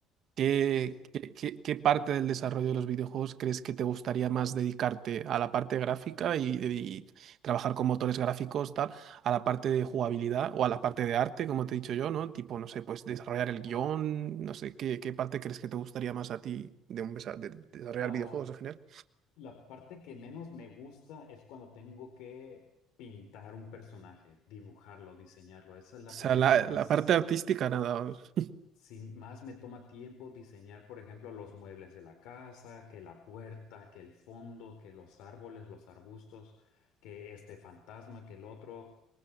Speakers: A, on the right; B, on the left.
A: ¿Qué,
B: sí,
A: qué, qué- qué parte del desarrollo de los videojuegos crees que te gustaría más dedicarte a la parte gráfica y, y trabajar con motores gráficos, tal, a la parte de jugabilidad o a la parte de arte, como te he dicho yo, ¿no? Tipo, no sé, pues desarrollar el guión,
B: ajá.
A: no sé, ¿qué, qué parte crees que te gustaría más a ti de, un, desa- de, de desarrollar
B: Ah,
A: videojuegos en general?
B: La parte que menos me gusta es cuando tengo que pintar un personaje, dibujarlo, diseñarlo. Esa es la
A: O sea,
B: parte
A: la,
B: que más,
A: la parte artística, nada. os-
B: si más me toma tiempo diseñar, por ejemplo, los muebles de la casa, que la puerta, que el fondo, que los árboles, los arbustos, que este fantasma, que el otro.